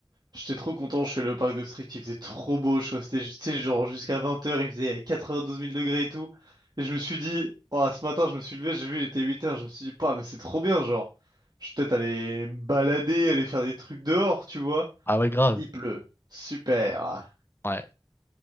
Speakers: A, on the right; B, on the left.
A: J'étais trop content, je suis allé au parc de Street, il faisait trop beau, je suis que tu sais, genre jusqu'à 20 heures, il faisait 92 000 degrés et tout. Et je me suis dit, oh, ce matin, je me suis levé, j'ai vu, il était 8 heures. je me suis dit, pas, mais c'est trop bien, genre. Je vais peut-être aller me balader, aller faire des trucs dehors, tu vois.
B: Ah ouais, grave.
A: Il pleut. Super.
B: Ouais,